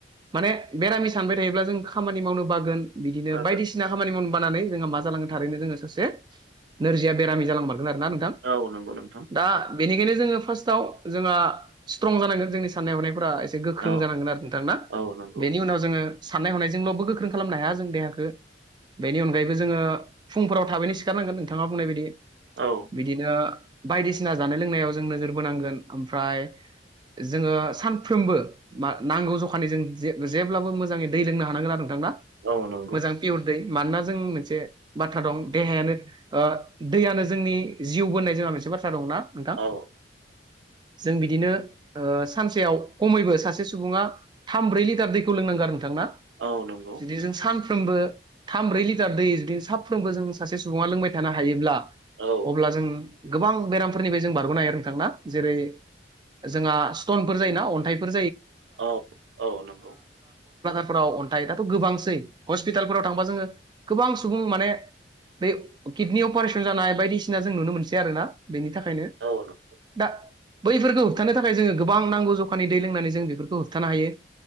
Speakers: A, on the right; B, on the right.
A: माने बेरामि सानबाय थायोब्ला जों खामानि मावनो बागोन बिदिनो
B: जागोन
A: बायदिसिना खामानि मावनो मा जालाङो जोङो सासे नोरजिया बेरामि जां खोनादोंना नोंथां?
B: औ नंगौ नोंथां
A: दा बेनिखायनो जोङो फार्स्टआव जोंहा स्ट्रं जानांगोन जोंनि साननाय हनायफ्रा एसे गोख्रों
B: औ
A: जानांगोन आरो। नोंथां ना
B: औ नंगौ
A: बेनि उनाव जोङो साननाय हनायजोंल'बो गोख्रों खालामनो हाया जों देहाखो बेनि अनगायैबो जोङो फुंफोराव थाबैनो सिखारनांगोन नोंथाङा बुंनाय बायदि
B: औ
A: बिदिनो बायदिसिना जानाय लोंनायाव जों नोजोर बोनांगोन ओमफ्राय जोङो सानफ्रोमबो नांगौ जखानि जों जे-जेब्लाबो मोजाङै दै लोंनो हानांगोन आरो नोंथां
B: औ नंगौ
A: मोजां पियर दै। मानोना जों मोनसे बाथ्रा दं देहायानो दैयानो जोंनि जिउबो होननाय जोंहा मोनसे बाथ्रा दंना थां।
B: औ
A: जों बिदिनो ओ सानसेयाव खमैबो सासे सुबुङा थाम ब्रै लिटार दैखौ लोंनांगो आरोना नोंथां ना
B: औ नंगौ
A: जुदि जों सा साफ्रोमबो थाम ब्रै लिटार दै जुदि साफ्रोमबो जों सासे सुबुङा लोंबाय थानो हायोब्ला
B: औ
A: अब्ला जों गोबां बेरामफोरनिफ्राय जों बारग'नो हायो नोंथां जेरै जोंहा स्टनफोर जायोना अन्थाइफोर
B: औ औ नंगौ
A: फोराव अन्थाइ दाथ' गोबांसै हस्पिटालफोराव थांबा जोङो गोबां सुबुं माने बे किडनि अपारेसन जानाय बायदिसिना जों नुनो मोनसै आरो ना बेनि थाखायनो
B: औ नंगौ
A: दा बैफोरखौ होबथानो थाखाय जोङो गोबां नांगौ जखानि दै लोंनानै जों बेफोरखौ होबथानो हायो।